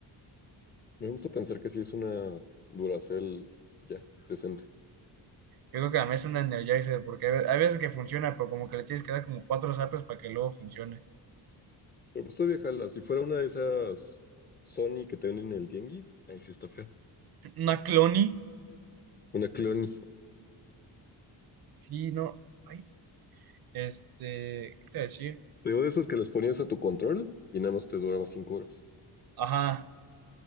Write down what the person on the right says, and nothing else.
Yo creo que a mí es una Energizer, porque hay hay veces que funciona, pero como que le tienes que dar como cuatro zapes para que luego funcione.
Una Cloni,
sí, no, ay, este, ¿qué te voy a decir?
Ajá.